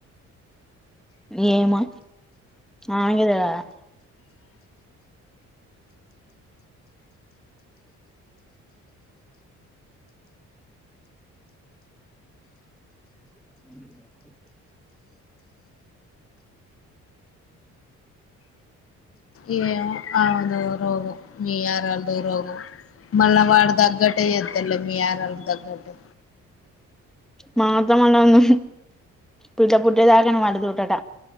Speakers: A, in the centre; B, on the left.
A: ఏమో ఆమెకె తెలవాలి అ
B: ఏవో ఆమెదె రోగం మీ ఆరోల్దం రోగం మళ్ళ వాడ తగ్గట్టే చేద్దర్లే మీ ఆయన వాళ్ళ తగ్గట్టే
A: మాతొ మళ్ళ ఉండ బిడ్డ పుట్టేదాకను వాళ్ళ తోటట